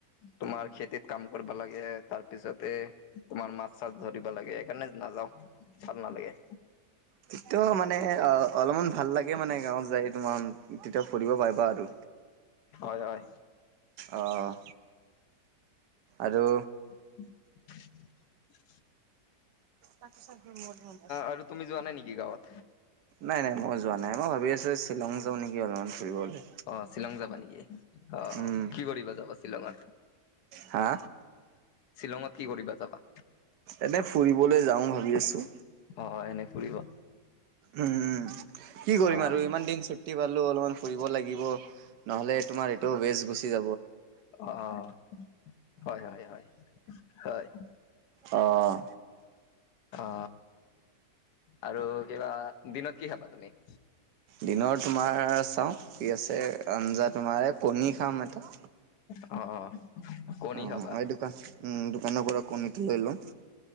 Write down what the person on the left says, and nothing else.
তোমাৰ খেতিত কাম কৰিব লাগে তাৰ পিছতে তোমাৰ মাছ চাছ ধৰিব লাগে সেইকাৰণে নাযাও ভাল নালাগে।
হয় হয়
<unintelligible>
আৰু তুমি যোৱা নাই নেকি গাঁৱত।
অ শ্বিলং যাবা নেকি অ
কি কৰিবা যাবা শ্বিলঙত।
শ্বিলঙত কি কৰিবা যাবা।
অ এনেই ফুৰিব।
অ',
অ', হয় হয় হয় হয়।
অ আৰু কিবা দিনত কি খাবা তুমি?
অ, অ, কণী
খাবা